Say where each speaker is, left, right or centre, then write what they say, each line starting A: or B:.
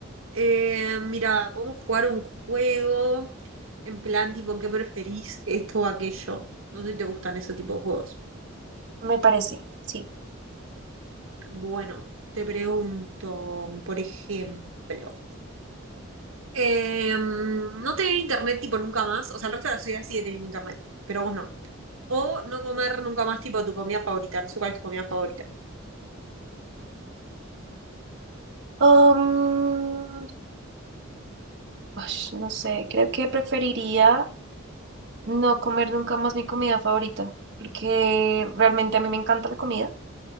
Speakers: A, on the right; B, on the right.
A: eh, mira, podemos jugar un juego en plan tipo, ¿qué preferís esto o aquello? No sé si te gustan ese tipo de juegos.
B: Me parece, sí.
A: Bueno, te pregunto, por ejemplo, em, no tener internet tipo nunca más, o sea, el resto de la ciudad sigue teniendo internet, pero vos no. O no comer nunca más tipo tu comida favorita, no sé cuál es tu comida favorita.
B: Um, ash, no sé, creo que preferiría no comer nunca más mi comida favorita, porque realmente a mí me encanta la comida.